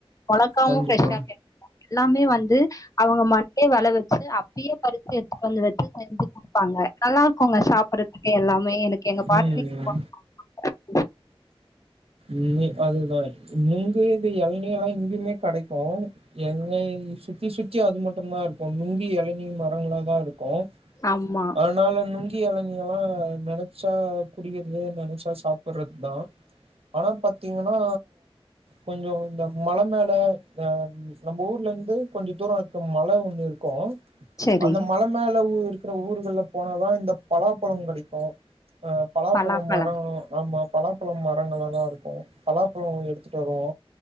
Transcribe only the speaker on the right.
கண்டிப்பா
ம்
ம்மே அதுதா நுங்கு இந்த எளநீ எல்லா இங்க்யுமே கெடைக்கு எங்க சுத்தி சுத்தி அது மட்டுதா இருக்கு நுங்கு எளநீ மரங்களா தா இருக் கு
அதனால நுங்கி எளநீ எல்லா நெனச்சா குடிக்கித் இதே நெனச்சா சாப்பிறதுக்தா ஆனா பாத்தீங்கனா கொஞ்சோ இந்த மல மேல அ நம்பூர்லந்து கொஞ்சோ தூரோ இருக்கு மல ஒண்ணு இருக்கு
அந்த மல மேல ஊ இருக்குற ஊர்கள்ல போனாதா இந்த பலாப்பழோ கெடைக்கு ஆ பலாப்பழோ
மரங் ஆமா பலாப்பழோ மரங்கல்லா இருக்கு பலாப்பழோ எடுத்துட்டு வருவோ